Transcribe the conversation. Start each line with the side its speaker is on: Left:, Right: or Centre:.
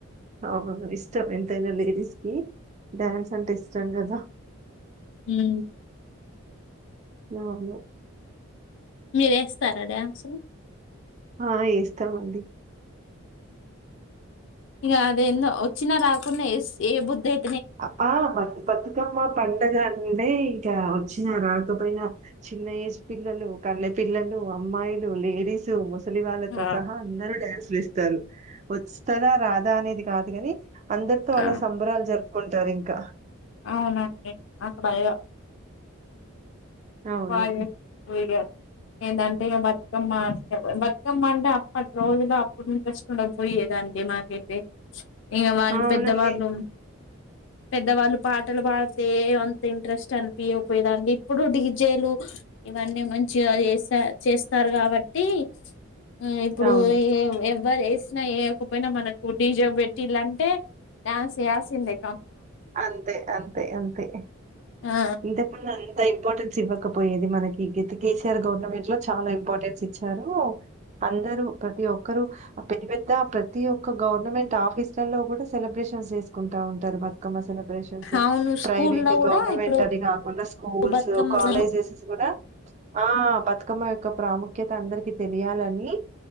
Right: అవును ఇష్టం ఎంతైనా లేడీస్ కి డ్యాన్స్ అంటే ఇష్టం కదా
Left: ఉమ్
Right: ఆవును
Left: మీరు వేస్తారా డాన్స్
Right: ఆ వేస్తామ అండి
Left: ఇంక అది ఎందో వచ్చినా రాకుండా ఏ బుది అయి
Right: ఆ మ బతుకమ్మ మా పండగండే ఇంకా వచ్చిన రాకపోయినా చిన్న ఏజ్ పిల్లలు కల్ళె పిల్లలు అమ్మాయిలు లేడిస్ ముసలి వాళ్ళతో
Left: ఆ!
Right: సహా అందరు డాన్స్ వేస్తారు వస్తుదా రాదా అనేది కాదు కాని అందరితో అలా
Left: ఆ!
Right: సంబరాలు జరుపుకుంటారు ఇంకా
Left: అవునండి నాకు భయం
Right: అవును.
Left: వాగే వీడియో ఏంటంటే ఇక బతుకమ్మ బతుకమ్మ అంటే అప్పటి రోజులో అప్పుడు ఇంట్రెస్ట్ ఉండదు పోయి లేదంటే మాకైతే ఇంక వాళ్ళు
Right: అవునండి.
Left: పెద్దవాళ్ళు పెద్దవాళ్ళు పాటలు పాడితే అంత ఇంట్రెస్ట్ అనిపియా పోయదండి ఇప్పుడు డీజే జ్తెలు ఇవన్నీ మంచిగా చేసా చేస్తారు కాబట్టి ఆ ఇప్పుడు
Right: అవును.
Left: ఏ ఎవరు వేసినా వేయకపోయినా మనకు డీజే పెట్టింలంటే డాన్స్ వేయాల్సిందే.
Right: అంతే అంతే అంతే
Left: ఆ
Right: ఇంతకు అంతే. ఇంపార్టెన్స్ ఇవ్వకపోయేది మనకి కేసీఆర్ గవర్నమెంట్ లో చాలా ఇంపార్టెన్స్ ఇచ్చారు. అందరూ ప్రతి ఒక్కరూ పెద్ద పెద్ద ప్రతి ఒక్క గవర్నమెంట్ ఆఫీసులలో కూడా సెలబ్రేషన్స్ చేసుకుంటా ఉంటారు బా సెలబ్రేషన్స్
Left: అవును స్కూల్లో
Right: ప్రైవేట్,
Left: కూడా
Right: గవర్నమెంట్
Left: ఇప్పుడు
Right: అని కాకుండా స్కూల్స్,
Left: బతుకమ్మ
Right: కాలేజెస్ స్ కూడా ఆహ్ బతుకమ్మ యొక్క ప్రాముఖ్యత అందరికి తెలియాలని